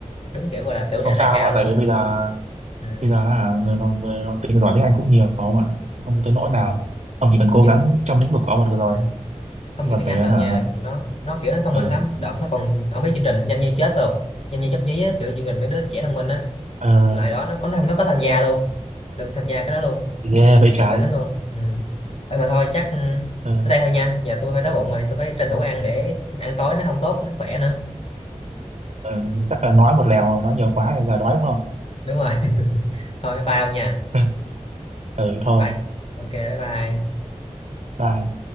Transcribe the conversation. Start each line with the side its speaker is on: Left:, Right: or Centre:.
Left: đúng kiểu gọi là tiểu trẻ
Right: không sao
Left: tài cao
Right: mà
Left: luôn
Right: tại vì
Left: á
Right: bây giờ
Left: ừ.
Right: bây giờ hả, người nói người nói tiếng giỏi tiếng Anh cũng nhiều mà không tới
Left: ừ.
Right: nỗi nào ông chỉ cần
Left: không
Right: cố
Left: chỉ
Right: gắng
Left: tiếng
Right: trong lĩnh vực của ông là được rồi
Left: Ừ. không
Right: Mặt
Left: chỉ tiếng
Right: bé
Left: Anh đâu
Right: hả?
Left: nha nó nó kiểu nó thông
Right: Ờ,
Left: minh lắm đợt nó còn ông biết chương trình nhanh như chết không nhanh như chớp nhí á, kiểu chương trình mấy đứa trẻ thông minh á
Right: ờ,
Left: lại đó nó có nó có tham gia luôn được tham gia cái đó luôn
Right: ghê vậy trái.
Left: kiểu đỉnh lắm luôn ừ. Thôi mà thôi chắc ừ,
Right: Ờ,
Left: tới đây thôi nha nhà tôi hơi đói bụng rồi tôi phải tranh thủ ăn để ăn tối nó không tốt với sức khỏe nữa
Right: ờ, chắc là nói một lèo nói nhiều quá nên giờ đói đúng không?
Left: đúng rồi <laughs> thôi bye ông nha
Right: <laughs> Ừ, thôi,
Left: bye nha. ok bye bye
Right: bye.